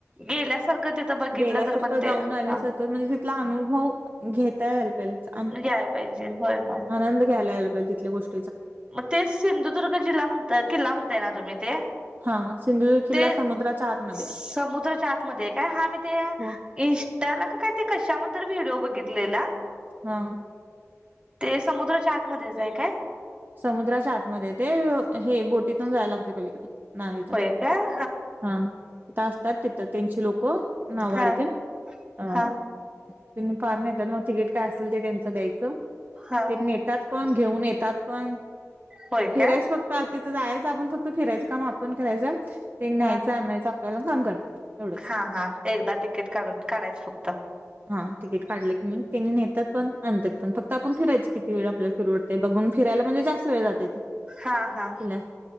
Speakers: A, on the right; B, on the right.
A: गेल्यासारखं तिथं बघितलं
B: गेल्यासारखं
A: तर पण ते
B: जाऊन
A: हा.
B: आल्यासारखं म्हणजे तिथला अनुभव घेता याला पहिलचा,
A: याय पाहिजे होय होय
B: आनंद घ्यायला याला पाहिजे तिथल्या गोष्ट
A: मग तेच सिंधुदुर्ग जिल्हा म्हणताय किल्ला म्हणताय ना ते.
B: हा सिंधुदुर्ग किल्ला
A: ते
B: समुद्राच्या आतमध्ये
A: समुद्रच्या
B: आहे.
A: आतमध्ये आहे काय? हा मी ते
B: हो
A: इंस्टाला का काय ते कशा म तर व्हिडिओ बघितलेला.
B: हा.
A: ते समुद्रच्या आतमध्येच आहे काय?
B: समुद्राच्या आतमध्ये ते हे बोटीतून जायला लागते पलीकडे. नावेतून
A: होय काय?
B: हा त्या असतात तिथं तीनशे लोकं नावाडचे
A: हा हा
B: अ
A: हा
B: त्यांनी फार नेतात मग तिकीट काय असेल ते त्यांच द्यायचं.
A: हा
B: तिथंन त्यात पण घेऊन येतात पण
A: होय
B: फिरायच
A: काय
B: फक्त तर तिथं जायच आपण फक्त फिरायचं काम आपण करायचं ते न्यायाच
A: हा
B: आणायचं आपल्याला काम करतात. एवढंच
A: हा हा एकदा तिकीट काढून काढायचं फक्त.
B: हा तिकीट काढलं की नाही तेनी नेतात पण आणतात पण फक्त आपण फिरायचं किती वेळ आपल्याला, परवडते बघून फिरायला म्हणजे जास्त वेळ जाते ते.
A: हा हा
B: किल्ला